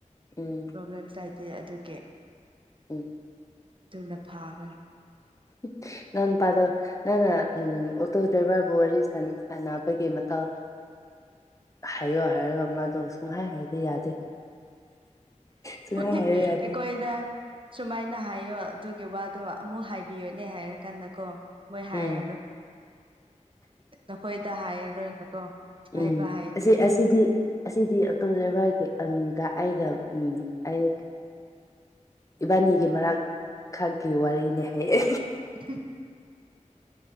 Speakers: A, on the left; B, on the right.
A: ꯎꯝ
B: ꯄ꯭ꯔꯣꯕ꯭ꯂꯦꯝꯥꯏ ꯑꯗꯨ ꯑꯗꯨꯒꯤ
A: ꯎꯝ
B: ꯑꯗꯨꯗꯨꯅ ꯐꯥꯕꯟ
A: ꯎ ꯅꯪ ꯄꯥꯗ ꯅꯪꯅ ꯎꯝ ꯑꯣꯇꯣ ꯗ꯭ꯔꯥꯏꯚꯔꯕꯨ ꯋꯥꯔꯤ ꯁꯥꯟꯅꯕꯒꯤ ꯃꯇꯥꯎ ꯍꯥꯏꯌꯣ ꯍꯥꯏꯔꯒ ꯃꯥꯗꯣ ꯁꯨꯡꯍꯥꯏ ꯍꯥꯏꯗꯤ ꯌꯥꯗꯦ ꯁꯨꯡꯍꯥꯏ
B: ꯑꯩꯈꯣꯏꯗ
A: ꯍꯥꯏꯌꯣ ꯌꯥꯗꯦ
B: ꯁꯨꯃꯥꯏꯅ ꯍꯥꯏ ꯍꯥꯏꯔꯣ ꯑꯗꯨꯒꯤ ꯋꯥꯗꯣ ꯑꯃꯨꯛ ꯍꯥꯏꯕꯤꯌꯣꯅꯦ ꯍꯥꯏꯔ ꯀꯥꯟꯗ ꯀꯣ ꯃꯣꯏ ꯍꯥꯏꯔꯔꯣ
A: ꯎꯝ
B: ꯅꯈꯣꯏꯗ ꯍꯥꯏꯔꯔꯣꯏꯅꯀꯣ
A: ꯎꯝ
B: ꯍꯥꯏꯕ ꯍꯥꯏꯗꯦꯅ
A: ꯑꯁꯤ ꯑꯁꯤꯗꯤ ꯑꯁꯤꯗꯤ ꯑꯛꯇꯣ ꯋꯥꯔꯤ ꯑꯗ ꯑꯩꯒ ꯑꯩ ꯏꯕꯥꯅꯤꯒꯤ ꯃꯔꯛ ꯈꯥꯀꯤꯦ ꯋꯥꯔꯤꯔꯤꯅꯦ ꯍꯥꯏꯌꯦ
B: <unintelligible>